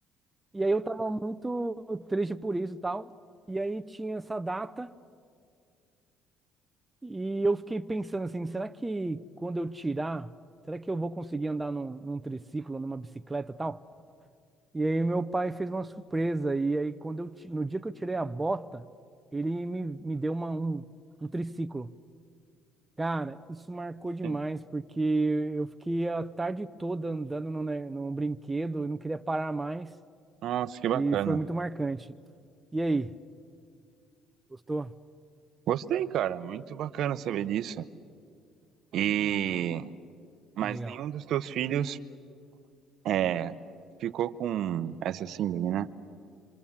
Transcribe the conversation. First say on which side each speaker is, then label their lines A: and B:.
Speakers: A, on the right (about 15°); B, on the right (about 65°).
A: E aí eu tava muito triste por isso e tal. E aí tinha essa data e eu fiquei pensando assim, será que quando eu tirar, será que eu vou conseguir andar num, num triciclo, numa bicicleta e tal? E aí meu pai fez uma surpresa e aí quando eu ti- no dia que eu tirei a bota, ele me, me deu uma, um, um triciclo. Cara, isso marcou demais
B: sim.
A: porque eu fiquei a tarde toda andando no, ne- no brinquedo e não queria parar mais
B: Nossa, que bacana.
A: e foi muito marcante. E aí, gostou?
B: Gostei, cara. Muito bacana saber disso. E... Mas
A: Legal.
B: nenhum dos teus filhos é, ficou com essa síndrome, né?